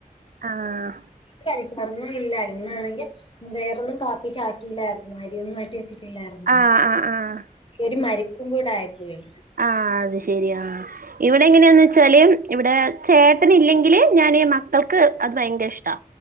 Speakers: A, on the right; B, on the left.
A: ആഹ്
B: കഴിക്കാറൊന്നും ഇല്ലായിരുന്നു ഇന്നാണെങ്കി വേറൊന്നും കാപ്പിക്കാക്കില്ലായിരുന്നു അരിയൊന്നാട്ടി വെച്ചി ട്ടില്ലാരുന്നു
A: ആഹ് ആഹ് ആഹ്
B: ഒരു മരിപ്പു കൂടായിപ്പോയി
A: ആ അത് ശരി ആഹ് ഇവിടെ എങ്ങനെയാന്ന് വെച്ചാല് ഇവിടെ ചേട്ടനില്ലെങ്കില് ഞാന് മക്കൾക്ക് അത് ഭയങ്കര ഇഷ്ടാ